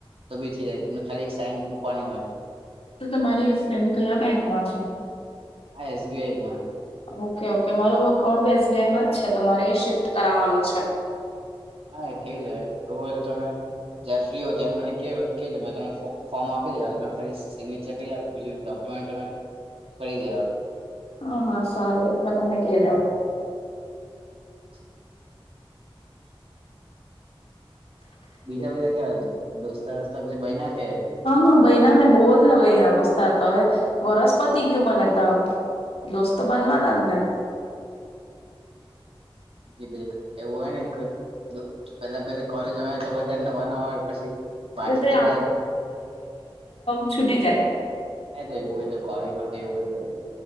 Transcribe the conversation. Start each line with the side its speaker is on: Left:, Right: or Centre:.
Right: તો બી થઇ જાય તમને ખાલી એક સાઇન મૂકવાની હોય.
Left: તો તમારી ફ્રેન્ડ કયા બેંકમાં છે?
Right: હા એસબીઆઈમાં
Left: ઓકે ઓકે મારુ અકાઉન્ટ ભી એસ માજ છે તો મારે એ શિફ્ટ કરાવવાનું છે.
Right: હા એ થઈ જાય. એવું હોય તો તમે જ્યાં ફ્રી હોય ત્યા મને કેવો કેજો મે તમે ફો ફોર્મ આપી દેવા. તમે ખાલી સિગ્ને બીજા કઈ અપ બીજું ડોક્યુમેન્ટ તમે. કરી દેવા
Left: હા હા સારું એટમાં તમને. કેદેવ.
Right: <unintelligible>
Left: <unintelligible>
Right: બીજા બધા કેવા દોસ્તા વોસ્તા પછી બયના છે
Left: હા બયનાને બોલ હ અહીયાવસ્થા તો હવે વરસ પતિ ગયું મને ત દોસ્તો બનવાના જ ને.
Right: કે પેલિક એવું હોય ને એક જો પેલા પેલા કોલેજમ આવેય ત બધા નવા નવા હોય પછી પાછળથી
Left: તે તે
Right: બધા
Left: છુટી જાય.
Right: એ તો એવું હોય કોલેજમાં તો એવું જ હોય.